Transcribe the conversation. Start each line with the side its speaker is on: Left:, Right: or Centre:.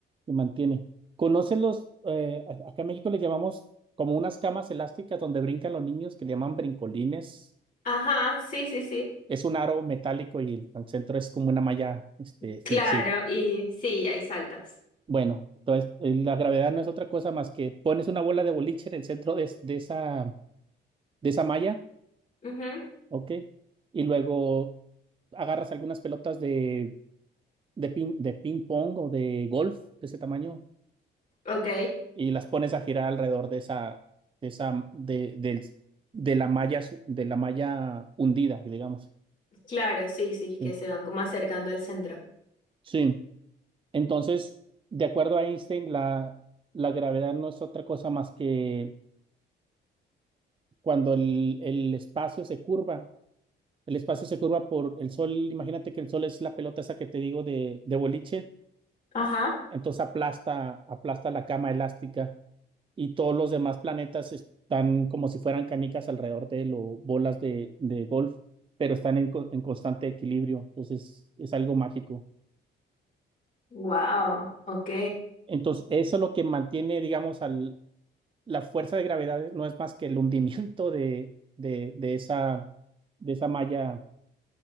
Right: que mantiene. ¿Conocen los, eh, a- acá en México le llamamos como unas camas elásticas donde brincan los niños que le llaman brincolines?
Left: Ajá, sí, sí, sí.
Right: Es un aro metálico y el, el centro es como una malla, este,
Left: Claro,
Right: flexible.
Left: y sí, hay saltas.
Right: Bueno, entonces eh, la gravedad no es otra cosa más que pones una bola de boliche en el centro de, de esa, de esa malla,
Left: Ujú,
Right: ¿ok? Y luego agarras algunas pelotas de, de, pin de ping pong o de golf de ese tamaño
Left: Ok,
Right: y las pones a girar alrededor de esa, de esa, de, del- de la malla, de la malla hundida, digamos.
Left: claro, sí, sí,
Right: Sí,
Left: que se van como acercando al centro.
Right: sí. Entonces, de acuerdo a Einstein, la, la gravedad no es otra cosa más que cuando el, el espacio se curva. El espacio se curva por el sol. Imagínate que el sol es la pelota esa que te digo de, de boliche.
Left: Ajá.
Right: Entonces aplasta, aplasta la cama elástica y todos los demás planetas están como si fueran canicas alrededor de él o bolas de, de golf, pero están en, co- en constante equilibrio. Entonces es algo mágico.
Left: Wow, ok.
Right: Entonces eso es lo que mantiene, digamos, al, la fuerza de gravedad no es más que el hundimiento de, de, de esa, de esa malla,